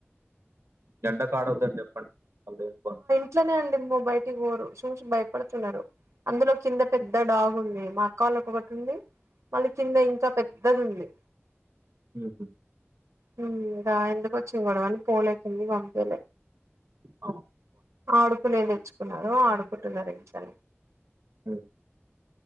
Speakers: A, on the right; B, on the right.
A: ఎండకాడొద్దని చెప్పండి <inaudible>
B: ఇట్లనే అండి బయటికి పోరు చూసి భయపడుతున్నారు అందులో కింద పెద్ద
A: ఉమ్,
B: డాగ్ ఉంది మా క్కాల కొకటి ఉంది మళ్ళీ కింద ఇంకా పెద్దది ఉంది
A: ఉహూ
B: హ్మ్మ్ రా ఎందుకొచ్చిన గొడవని పోలేకిందికి పంపిలే
A: ఆ
B: ఆడుకునేది తెచ్చుకున్నారు ఆడుకుంటున్నారు ఇంట్లోనే
A: ఊ